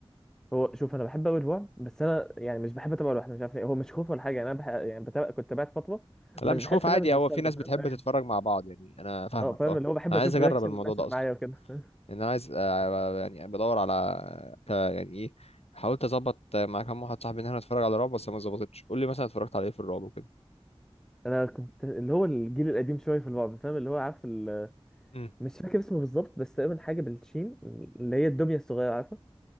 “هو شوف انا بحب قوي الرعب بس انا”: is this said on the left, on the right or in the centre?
Centre